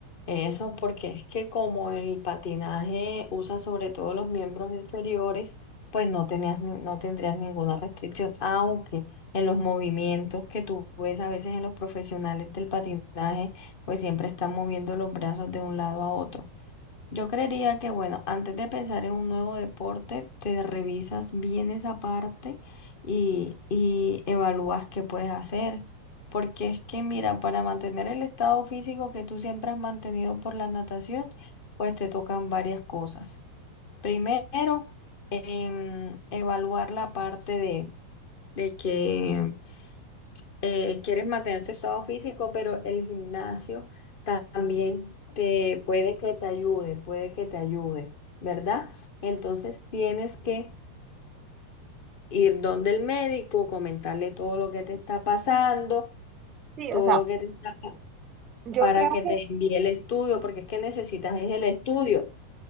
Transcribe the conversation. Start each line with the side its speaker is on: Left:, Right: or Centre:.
Left: eso porque es que como el patinaje usa sobre todo los miembros inferiores, pues no tenías, ni- no tendrías ninguna restricción, aunque en los movimientos que tú ves a veces en los profesionales del patinaje, pues siempre están moviendo los brazos de un lado a otro. Yo creería que, bueno, antes de pensar en un nuevo deporte, te revisas bien esa parte y, y evalúas qué puedes hacer. Porque es que, mira, para mantener el estado físico que tú siempre has mantenido por la natación, pues te tocan varias cosas. Primero, em, evaluar la parte de, de que eh, quieres mantener tu estado físico, pero el gimnasio ta- también te puede que te ayude, puede que te ayude, ¿verdad? Entonces tienes que ir donde el médico, comentarle todo lo que te está pasando,
Right: Sí,
Left: todo
Right: o sea,
Left: lo que te está
Right: yo
Left: para
Right: creo
Left: que
Right: que
Left: te envíe el estudio, porque es que necesitas es el estudio.